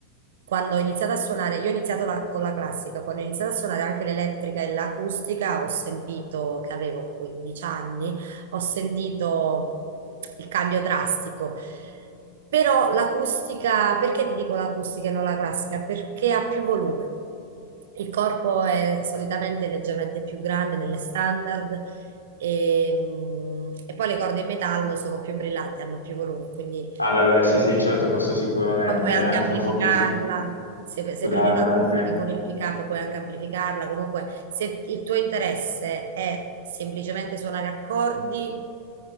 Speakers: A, on the right; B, on the left.
A: quando ho iniziato a suonare, io ho iniziato la- con la classica, quando ho iniziato a suonare anche l'elettrica e l'acustica ho sentito che avevo 15 anni ho sentito il cambio drastico. Però l'acustica, perché ti dico l'acustica e non la classica? Perché ha più volume. Il corpo è solitamente leggermente più grande nelle standard e, mm, e poi le corde in metallo sono più brillanti, hanno più volume, quindi
B: Ah, beh, beh, sì, sì, certo, questo sicuramente.
A: poi puoi
B: Dà
A: anche
B: anche
A: amplificarla,
B: un po' più... di-
A: se, se
B: dà-
A: prendi una
B: dà
A: acustica
B: anche...
A: con il pick-up puoi anche amplificarla, comunque se il tuo interesse è semplicemente suonare accordi,